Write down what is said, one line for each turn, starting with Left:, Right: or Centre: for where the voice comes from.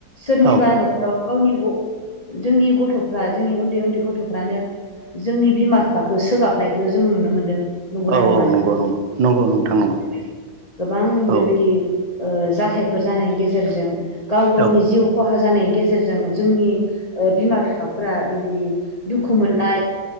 Left: सोरनिबा
Right: औ
Left: न'खराव गावनि ग जोंनि गथ'फ्रा जोंनि उन्दै उन्दै गथ'फ्रानो जोंनि बिमा बिफाखो सोगाबनायखो जों नुनो मोनदों। नंगौना
Right: औ औ
Left: नङा नोंथां
Right: नंगौ नंगौ नंगौ नोंथां
Left: <inaudible>
Right: नंगौ
Left: गोबां
Right: औ
Left: बेबायदि ओ जाथायफोर जानायनि गेजेरजों गाव गावनि
Right: औ
Left: जिउ खहा जानायनि गेजेरजों जोंनि ओ बिमा बिफाफोरा बेबायदि दुखु मोननाय